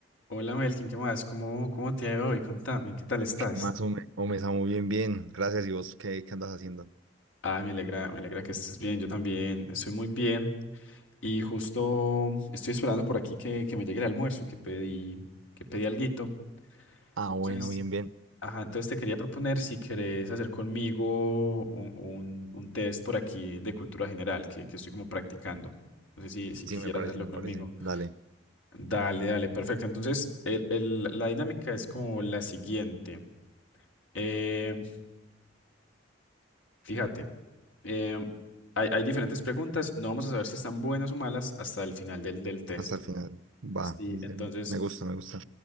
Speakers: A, on the left; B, on the right.
A: Hola Melkin, ¿qué más? ¿Cómo, cómo te ha ido hoy? Contame, ¿qué tal estás?
B: ¿Qué más, Ome? Ome, Samu, bien, bien. Gracias. ¿Y vos qué, qué andas haciendo?
A: Ah, me alegra, me alegra que estés bien, yo también estoy muy bien y justo estoy esperando por aquí que, que me llegue el almuerzo, que pedí, que pedí alguito.
B: Ah, bueno,
A: Entonces,
B: bien, bien.
A: ajá, entonces te quería proponer si querés hacer conmigo un, un- un test por aquí de cultura general que, que estoy como practicando. No sé si, si
B: Sí,
A: quisieras
B: me parece,
A: hacerlo
B: me
A: conmigo.
B: parece. Dale,
A: Dale, dale, perfecto. Entonces, el- el- la dinámica es como la siguiente. Eh, Fíjate, em, hay, hay diferentes preguntas. No vamos a saber si están buenas o malas hasta el final del, del test.
B: hasta el final. Va,
A: Sí,
B: de-
A: entonces,
B: me gusta, me gusta.